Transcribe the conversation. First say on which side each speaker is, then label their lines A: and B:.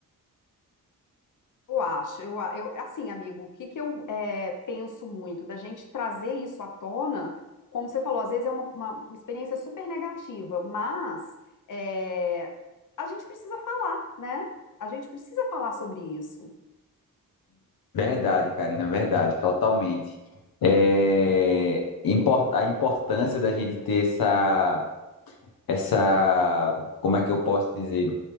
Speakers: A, on the left (about 60°); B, on the left (about 80°).
A: Eu acho, eu, a- eu assim, amigo, o que que eu é, penso muito da gente trazer isso à tona, como você falou, às vezes é uma, uma experiência super negativa, mas é, a gente precisa falar, né? A gente precisa falar sobre isso.
B: Verdade, Karina, verdade, totalmente. É import- a importância da gente ter essa essa, como é que eu posso dizer?